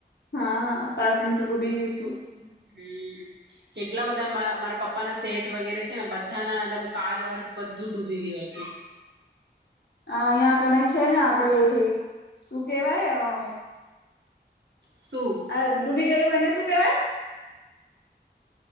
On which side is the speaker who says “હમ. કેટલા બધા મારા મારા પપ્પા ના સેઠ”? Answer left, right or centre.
Right